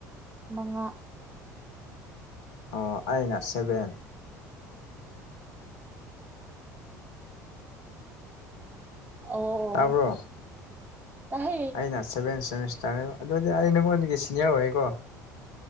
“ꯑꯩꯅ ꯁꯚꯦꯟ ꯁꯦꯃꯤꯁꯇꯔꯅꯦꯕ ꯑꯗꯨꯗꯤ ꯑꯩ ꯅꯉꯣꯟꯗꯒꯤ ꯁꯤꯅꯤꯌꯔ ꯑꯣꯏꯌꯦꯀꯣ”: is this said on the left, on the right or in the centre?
Left